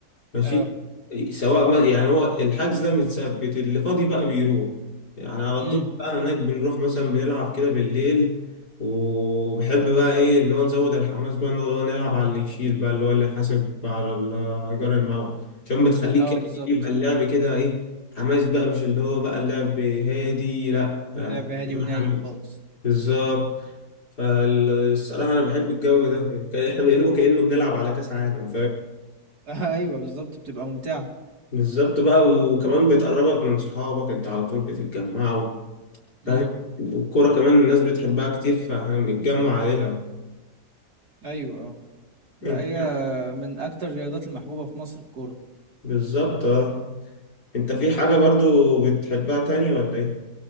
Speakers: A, on the left; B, on the right.
A: ماشي
B: اه
A: سواء ما يعني هو الحجز ده متثبت اللي فاضي بقى بيروح يعني على
B: امم
A: طول بقى هناك بنروح مثلا بنلعب كده بالليل وبحب بقى ايه ان هو نزود الحماس بقى ان هو نلعب على اللي يشيل بقى اللي هو اللي حاسب على ال- ايجار الملعب عشان بتخليك
B: اه
A: كده
B: بالظبط
A: إيه، يبقى اللعب كده ايه حماس بقى مش اللي هو بقى اللعب هادي لا يعني
B: لعب هادي
A: يبقى
B: ونايم
A: حماس
B: خالص
A: بالظبط فالصراحة أنا بحب الجو ده كان- إحنا بنقلبه كأنه بنلعب على كأس عالم
B: <laughs> آه ايوه بالظبط بتبقى ممتعة
A: بالظبط بقى وكمان بتقربك من صحابك انت على طول بتتجمعوا
B: امم
A: فاهم والكورة كمان الناس بتحبها كتير فاحنا بنتجمع عليها
B: ايوه اه لا
A: انت
B: هي من اكتر الرياضات المحبوبة في مصر الكورة
A: بالظبط اه انت في حاجة برضو بتحبها تاني ولا ايه؟